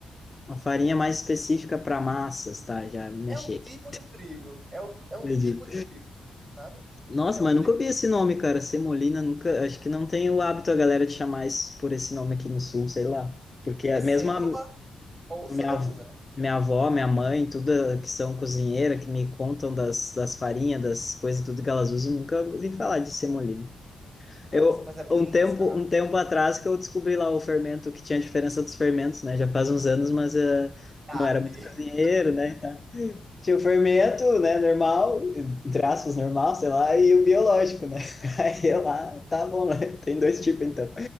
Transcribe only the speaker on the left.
uma farinha mais específica para massas, tá? Já me
achei
aqui.
Entendi.
Nossa,
mas
nunca ouvi esse nome, cara. Semolina, nunca. Acho que não tem o hábito a galera de chamar isso por esse nome aqui no sul, sei lá. Porque é
mesmo a
minha, av- minha avó, minha mãe, tudo que são cozinheira, que me contam das, das farinhas, das coisas, tudo que elas usam, nunca ouvi falar de semolina.
Eu,
um tempo,
um tempo atrás que eu descobri lá o fermento, que tinha a diferença dos fermentos, né? Já faz uns anos, mas eh,
não era muito cozinheiro,
né? Tinha o fermento, né, normal, entre aspas, normal, sei lá, e o biológico, né? <laughs> Aí eu lá, tá bom, né? Tem dois tipos então.